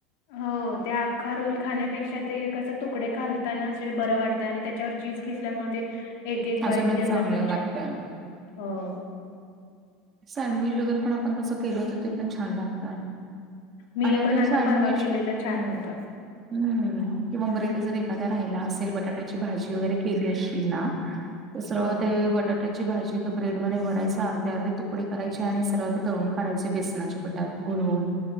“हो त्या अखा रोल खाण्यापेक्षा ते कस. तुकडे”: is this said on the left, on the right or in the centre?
Left